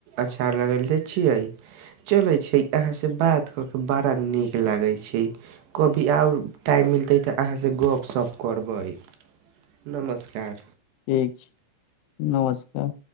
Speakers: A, on the right; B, on the left.
A: अचार लगलै छियै चलै छै अहाँसँ बात कऽ के बड़ा नीक लागै छै कभी आओर टाइम मिलतै तऽ अहाँसँ गप सप करबै नमस्कार
B: ठीक छै नमस्कार